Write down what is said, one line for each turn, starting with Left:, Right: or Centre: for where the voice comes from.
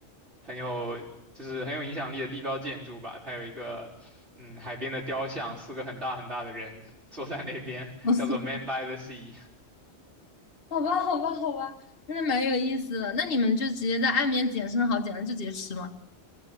Right: 很有就是很有影响力的地标建筑吧。它有一个嗯海边的雕像，四个很大很大的人 <laughs> 坐在那边，
Left: 我是
Right: 叫做 Man by the Sea。
Left: 好吧，好吧，好吧，真的蛮有意思的。那你们就直接在岸边捡生蚝，捡了就直接吃吗？